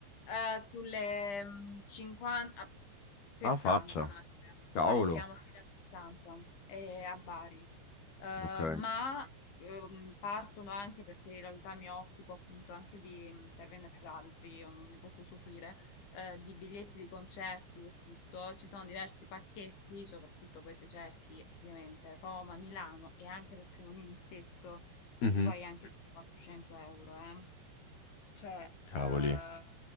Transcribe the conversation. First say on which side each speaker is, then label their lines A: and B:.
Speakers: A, on the left (about 65°); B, on the left (about 50°).
A: Eh, sulle mm, 50, 60
B: Alla faccia.
A: anche.
B: Cavolo.
A: Partiamo sì da 60 e a Bari. Eh,
B: Ok.
A: ma ehm, partono anche perché in realtà mi occupo appunto anche di mm, per me per altri, io non ne posso soffrire, eh, di biglietti di concerti e tutto. Ci sono diversi pacchetti, soprattutto poi se cerchi ovviamente Roma, Milano e anche per Cremonini stesso, che
B: Mhm.
A: tu vai anche sulle 400 euro, eh. Cioè,
B: Cavoli.
A: eh,